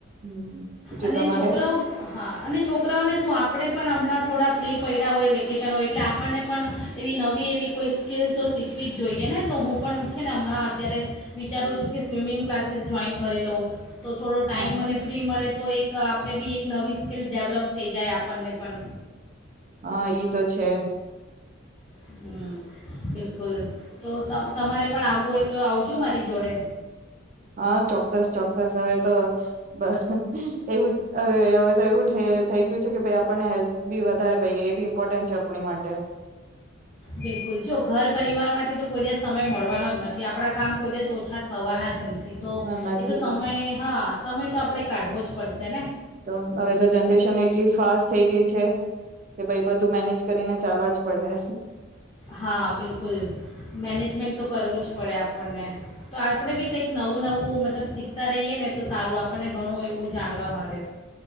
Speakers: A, on the right (about 40°); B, on the left (about 25°).
A: હમ બીજું
B: અને
A: તમારે
B: છોકરાઓ હા અને છોકરાઓને શું આપણે પણ હમણાં થોડા ફ્રી પયડા હોય વેકેશન હોય એટલે આપણને પણ એવી નવી એવી કોઈ સ્કીલ તો શીખવી જ જોઈએ ને, તો હું પણ છે ને હમણાં અત્યારે વિચારું છું કે સ્વિમિંગ ક્લાસીસ જોઈન કરી લવ તો થોડો ટાઈમ
A: હા
B: મને ફ્રી મળે તો એક આપ આપણે બી એક નવી સ્કીલ ડેવલપ થઈ જાય આપણને પણ
A: હા ઈ તો છે.
B: હમ અ બીલ કુલ તો ત તમારે પણ આવવું હોય તો, આવજો મારી જોડે.
A: હા ચોક્કસ ચોક્કસ હવે તો <unintelligible> એવું હ હવે તો એવું થઈ ગયું છે કે, ભાઈ આપણને હેલ્થ બી વધારે ભાઈ એ બી ઇમ્પોર્ટન્ટ છે આપણી માટે
B: બિલકુલ જો ઘર પરિવારમાંથી તો કોઈ દિવસ સમય મળવાનો જ નથી. આપણા કામ કોઈ દિવસ ઓછા થવાના જ નથી. <unintelligible> તો
A: નથી
B: એ તો સમય હા સમય તો આપણે કાઢવો જ પડશે ને
A: તો હવે તો જનરેશન એટલી ફાસ્ટ થઈ ગઈ છે કે, ભાઈ બધું મેનેજ કરીને ચાલવા જ પડે.
B: હા, બિલકુલ. મેનેજમેન્ટ તો કરવું જ પડે આપણને. તો આપણે બી કંઈક નવું નવું મતલબ શીખતા રહીએ ને તો સારું, આપણને ઘણું એવું જાણવા મળે.